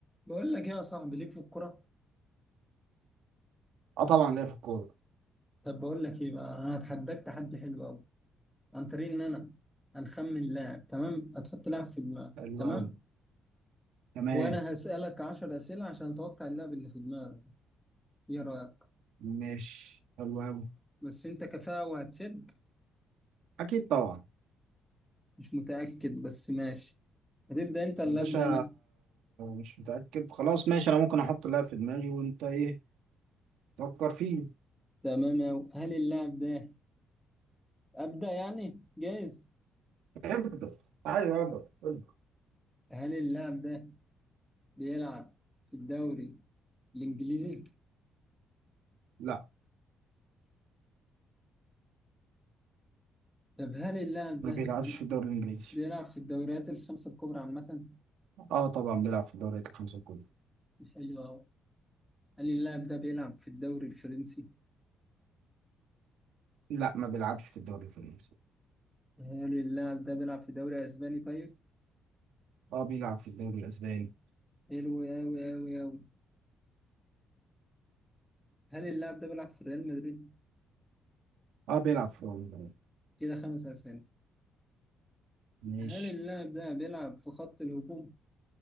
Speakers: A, in the centre; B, on the right.
A: بقول لك ايه يا صاحبي ليك في الكرة
B: اه طبعا ليا في الكورة
A: طب بقول لك ايه بقى انا هتحداك تحدي حلو قوي عن طريق ان انا هنخمن لاعب تمام هتحط لاعب في دماغك
B: حلو
A: تمام
B: أوي تمام
A: وانا هسألك 10 أسئلة عشان اتوقع اللاعب اللي في دماغك ايه رأيك
B: ماشي حلو أوي
A: بس انت كفاءة وهتسد
B: أكيد طبعا
A: مش متأكد بس ماشي هتبدأ انت ولا
B: يا باشا
A: أبدأ انا
B: مش متأكد خلاص ماشي أنا ممكن أحط لاعب في دماغي وأنت إيه فكر فيه
A: تمام أوي هل اللاعب ده أبدأ يعني جايز
B: ابدأ أيوه ابدأ ابدأ
A: هل اللاعب ده بيلعب في الدوري الإنجليزي
B: لا
A: طب هل اللاعب
B: ما
A: ده
B: بيلعبش في الدوري الإنجليزي
A: بيلعب في الدوريات الخمسة الكبرى عامة
B: اه طبعا بيلعب في الدوري الخمسة الكبرى
A: حلو أوي هل اللاعب ده بيلعب في الدوري الفرنسي
B: لا ما بيلعبش في الدوري الفرنسي
A: هل اللاعب ده بيلعب في دوري أسباني طيب
B: اه بيلعب في الدوري الأسباني
A: حلو أوي أوي أوي هل اللاعب ده بيلعب في ريال مدريد
B: اه بيلعب في روما
A: كده خمس أسئلة
B: ماشي
A: هل اللاعب ده بيلعب في خط الهجوم